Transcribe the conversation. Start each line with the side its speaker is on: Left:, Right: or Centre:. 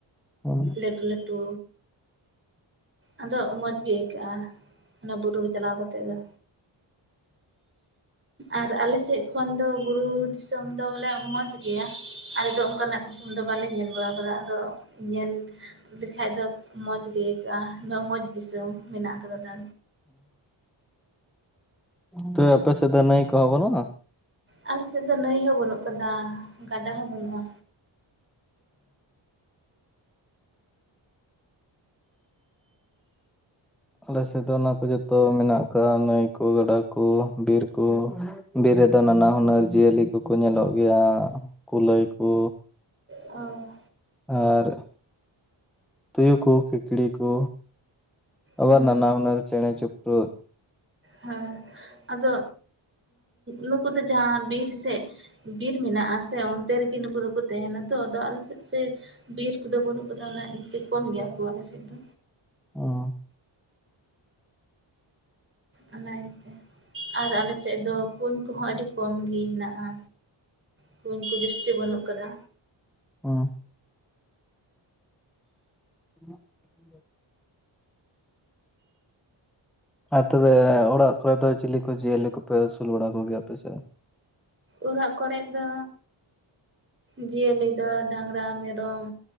Centre: ᱦᱩᱸ ᱦᱩᱸ
Right: ᱞᱟᱹᱴᱩ ᱞᱟᱹᱴᱩ ᱟᱫᱚ ᱢᱚᱡᱽ ᱜᱮ ᱟᱹᱭᱠᱟᱹᱜᱼᱟ ᱚᱱᱟ ᱵᱩᱨᱩ ᱨᱮ ᱪᱟᱞᱟᱣ ᱠᱟᱛᱮᱫ ᱫᱚ ᱟᱨ ᱟᱞᱮ ᱥᱮᱫ ᱠᱷᱚᱱ ᱫᱚ ᱵᱩᱨᱩ ᱡᱚᱢ ᱫᱚ ᱵᱚᱞᱮ ᱢᱚᱡᱽ ᱜᱮᱭᱟ ᱟᱞᱮ ᱫᱚ ᱚᱱᱠᱟᱱᱟᱜ ᱫᱤᱥᱚᱢ ᱫᱚ ᱵᱟᱞᱮ ᱧᱮᱞ ᱵᱟᱲᱟ ᱠᱟᱫᱟ ᱟᱫᱚ ᱧᱮᱞ ᱞᱮᱠᱷᱟᱡ ᱫᱚ ᱢᱚᱸᱡᱽ ᱜᱮ ᱟᱹᱭᱠᱟᱹᱜᱼᱟ ᱩᱱᱟᱹᱜ ᱢᱚᱸᱡᱽ ᱫᱤᱥᱚᱢ ᱢᱮᱱᱟᱜ ᱟᱠᱟᱫᱟ ᱛᱟ
Centre: ᱛᱚ ᱟᱯᱮ ᱥᱮᱫ ᱫᱚ ᱱᱟᱹᱭ ᱠᱚ ᱵᱟᱱᱩᱜᱼᱟ᱾
Right: ᱟᱞᱮ ᱥᱮᱫ ᱫᱚ ᱱᱟᱹᱭ ᱦᱚᱸ ᱵᱟᱹᱱᱩᱜ ᱟᱠᱟᱫᱟ ᱜᱟᱰᱟ ᱦᱚᱸ ᱵᱟᱹᱱᱩᱜᱼᱟ
Centre: ᱟᱞᱮ ᱥᱮᱫ ᱫᱚ ᱚᱱᱟ ᱠᱚ ᱡᱚᱛᱚ ᱢᱮᱱᱟᱜ ᱟᱠᱟᱫ ᱱᱟᱹᱭ ᱠᱚ ᱜᱟᱰᱟ ᱠᱚ ᱵᱤᱨ ᱠᱚ ᱵᱤᱨ ᱨᱮᱫᱚ ᱱᱟᱱᱟ ᱦᱩᱱᱟᱹᱨ ᱡᱤᱭᱟᱹᱞᱤ ᱠᱚᱠᱚ ᱧᱮᱞᱚᱜ ᱜᱮᱭᱟ ᱠᱩᱞᱟᱹᱭ ᱠᱚ
Right: ᱚᱻ
Centre: ᱟᱨ ᱛᱩᱭᱩ ᱠᱚ ᱠᱤᱠᱲᱤ ᱠᱚ ᱟᱵᱟᱨ
Right: ᱦᱩᱸ
Centre: ᱱᱟᱱᱟ ᱦᱩᱱᱟᱨ ᱪᱮᱬᱮ ᱪᱩᱯᱲᱩᱡ
Right: ᱦᱮᱸ ᱟᱫᱚ ᱱᱩᱠᱩ ᱫᱚ ᱡᱟᱦᱟᱸ ᱵᱤᱨ ᱥᱮᱫ ᱵᱤᱨ ᱢᱮᱱᱟᱜᱼᱟ ᱥᱮ ᱚᱱᱛᱮ ᱨᱮᱜᱮ ᱱᱩᱠᱩ ᱫᱚᱠᱚ ᱛᱟᱦᱮᱱᱟ ᱛᱚ ᱟᱫᱚ ᱟᱞᱮ ᱥᱮᱫ ᱥᱮ ᱵᱤᱨ ᱠᱚᱫᱚ ᱵᱟᱹᱱᱩᱜ ᱟᱠᱟᱫᱟ ᱚᱱᱟ ᱤᱭᱟᱹᱛᱮ ᱠᱚᱢ ᱜᱮᱭᱟ ᱟᱵᱚᱣᱟᱜ ᱞᱟᱥᱮᱫ ᱫᱚ
Centre: ᱚᱸ
Right: ᱚᱱᱟ ᱤᱭᱟᱹᱛᱮ ᱟᱨ ᱟᱞᱮ ᱥᱮᱫ ᱫᱚ ᱠᱩᱧ ᱠᱚᱦᱚᱸ ᱟᱹᱰᱤ ᱠᱚᱢ ᱜᱮ ᱢᱮᱱᱟᱜᱼᱟ ᱠᱩᱧ ᱠᱚ ᱡᱟᱹᱥᱛᱤ ᱵᱟᱹᱱᱩᱜ ᱟᱠᱟᱫᱟ
Centre: ᱚᱸ <unintelligible> ᱟᱨ ᱛᱚᱵᱮ ᱚᱲᱟᱜ ᱠᱚᱨᱮ ᱫᱚ ᱪᱤᱞᱤ ᱠᱚ ᱡᱤᱭᱟᱹᱞᱤ ᱠᱚᱯᱮ ᱟᱹᱥᱩᱞ ᱵᱟᱲᱟ ᱠᱚᱜᱮᱭᱟ ᱟᱯᱮ ᱥᱮᱫ ᱫᱚ?
Right: ᱚᱨᱟᱜ ᱠᱚᱨᱮ ᱫᱚ ᱡᱤᱭᱟᱹᱞᱤ ᱫᱚ ᱰᱟᱝᱨᱟ ᱢᱮᱨᱚᱢ